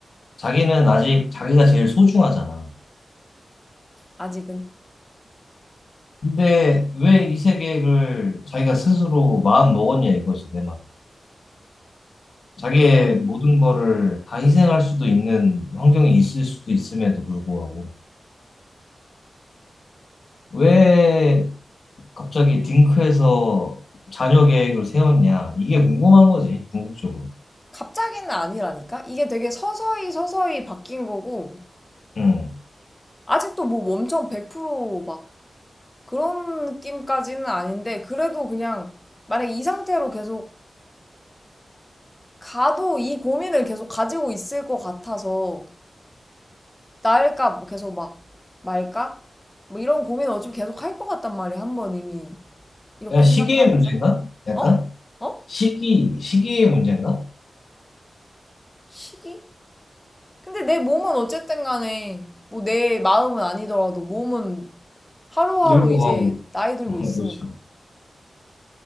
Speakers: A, on the left; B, on the left.
A: 자기는 아직 자기가 제일 소중하잖아.
B: 아직은.
A: 근데 왜 이 세계를 자기가 스스로 마음 먹었냐 이거지, 내 말. 자기의
B: 음,
A: 모든 거를 다 희생할 수도 있는 환경이 있을 수도 있음에도 불구하고. 왜 갑자기 딩크에서 자녀 계획을 세웠냐? 이게 궁금한 거지, 궁극적으로.
B: 갑자기는 아니라니까? 이게 되게 서서히 서서히 바뀐 거고,
A: 음.
B: 아직도 뭐 엄청 100%막 그런 느낌까지는 아닌데, 그래도 그냥 만약에 이 상태로 계속 가도 이 고민을 계속 가지고 있을 것 같아서, 나을까, 뭐 계속 막 말까? 뭐 이런 고민을 어차피 계속 할 것 같단 말이야, 한 번 이미. 이렇게
A: 그냥 시기의
B: 생각하는
A: 문제인가?
B: 이상?
A: 약간?
B: 어? 어?
A: 시기, 시기의 문제인가?
B: 시기? 근데 내 몸은 어쨌든 간에, 뭐 내 마음은 아니더라도 몸은 하루하루
A: 늙고
B: 이제
A: 가고.
B: 나이
A: <laughs>
B: 들고
A: 어,
B: 있으니까.
A: 그렇지.